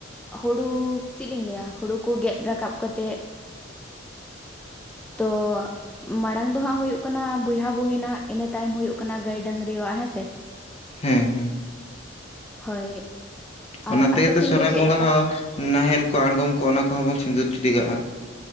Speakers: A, in the centre; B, on the left.
A: ᱦᱩᱲᱩ ᱪᱮᱫ ᱞᱤᱧ ᱞᱟᱹᱭᱟ ᱦᱩᱲᱩ ᱠᱚ ᱜᱮᱫ ᱨᱟᱠᱟᱵ ᱠᱟᱛᱮ ᱛᱚ ᱢᱟᱲᱟᱝ ᱫᱚ ᱦᱟᱸᱜ ᱦᱩᱭᱩᱜ ᱠᱟᱱᱟ ᱵᱚᱭᱦᱟ ᱵᱩᱦᱤᱱᱟᱜ ᱤᱱᱟᱹ ᱛᱟᱭᱱᱚᱢ ᱦᱩᱭᱩᱜ ᱠᱟᱱᱟ ᱜᱟᱹᱭ ᱰᱟᱺᱝᱨᱤᱭᱟᱜ ᱦᱮᱸᱥᱮ
B: ᱦᱮᱸ ᱦᱮᱸ
A: ᱦᱳᱭ ᱟᱨ
B: ᱚᱱᱟ
A: ᱟᱯᱮ
B: ᱛᱮᱜ
A: ᱥᱮᱱ
B: ᱥᱚᱨᱦᱟᱭ
A: ᱫᱚ ᱪᱮᱫ
B: ᱵᱚᱸᱜᱟ
A: ᱞᱮᱠᱟ
B: ᱦᱚᱸ ᱱᱟᱦᱮᱞ ᱠᱚ ᱟᱬᱜᱚᱢ ᱠᱚ ᱚᱱᱟ ᱠᱚᱦᱚᱸ ᱵᱚᱱ ᱥᱤᱸᱫᱩᱨ ᱴᱤᱰᱤᱜᱟᱜᱼᱟ